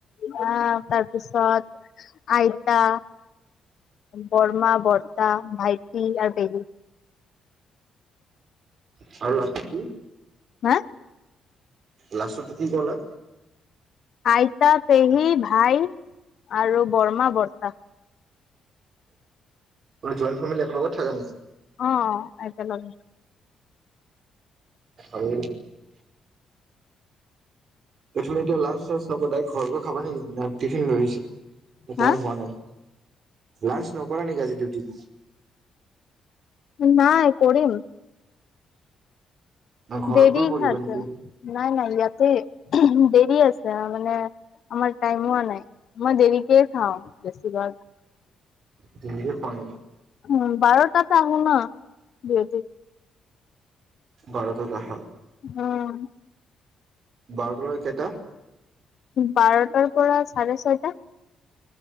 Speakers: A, on the left; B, on the right.
A: বা তাৰপিছত আইতা, বৰমা বৰ তা, ভাইটি আৰু পেহী
B: আৰু ৰাখি
A: হা?
B: লাষ্টটো কি কলা?
A: আইতা, পেহী, ভাই আৰু বৰমা, বৰ্তা।
B: জইণ্ট ফেমিলি একে লগত থাকা।
A: অ একেলগে।
B: আৰু একচুৱেলি এতিয়া লাঞ্চ ডাৰেক্ট ঘৰ গৈ খাবা নেকি টিফিন লৈ আহিছে এতিয়াও
A: হা
B: হোৱা নাই। লাঞ্চ নকৰা নেকি আজি ডিউটি
A: নাই, কৰিম।
B: না ঘৰত
A: দেৰি
B: গৈ কৰিবা
A: আছে,
B: নেকি
A: নাই নাই। ইয়াতে দেৰি আছে। মানে আমাৰ টাইম হোৱা নাই, মই দেৰিকে খাওঁ বেছি ভাগ-
B: কিহে পাই
A: উম! বাৰটাত আহোঁ ন <unintelligible>
B: বাৰটাত আহা?
A: উম!
B: বাৰটাৰ লৈকে কেইটা
A: বাৰটাৰ পৰা চাৰে ছয়টা